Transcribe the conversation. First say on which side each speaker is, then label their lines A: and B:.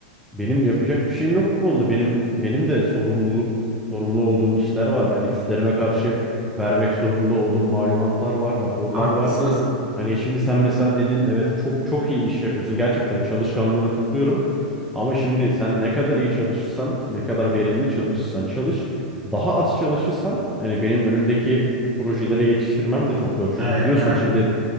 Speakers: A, in the centre; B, on the right.
A: benim yapacak bir şeyim yok bu konuda. Benim benim de sorumluluk sorumlu olduğum işler var. Yani üstlerime karşı vermek zorunda olduğum malumatlar var, raporlar
B: Haklısınız.
A: var. Hani şimdi sen mesela dedin evet çok çok iyi iş yapıyorsun. Gerçekten çalışkanlığını kutluyorum. Ama şimdi sen ne kadar iyi çalışırsan, ne kadar verimli çalışırsan çalış, daha az çalışırsan yani benim önümdeki projeleri yetiştirmem de çok zor. Çünkü
B: Evet,
A: biliyorsun
B: evet.
A: şimdi